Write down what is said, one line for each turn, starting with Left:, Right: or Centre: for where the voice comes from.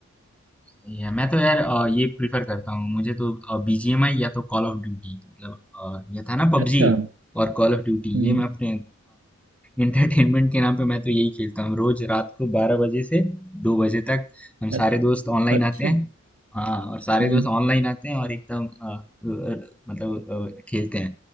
Centre: सही है मैं तो यार अ, ये प्रिफर करता हूँ मुझे तो बीजीएमआई या तो कॉल ऑफ ड्यूटी मतलब अ, ये था ना पबजी
Right: अच्छा
Centre: और कॉल ऑफ ड्यूटी
Right: हम्म
Centre: ये मैं अपने इंटरटेनमेंट के नाम पे मैं तो यही खेलता हूँ रोज रात को बारह बजे से दो बजे तक हम
Right: अ-
Centre: सारे दोस्त ऑनलाइन
Right: अच्छा
Centre: आते हैं
Right: हम्म
Centre: हाँ और सारे
Right: हम्म
Centre: दोस्त ऑनलाइन आते हैं और एकदम अ, मतलब, अ, मतलब अ, खेलते हैं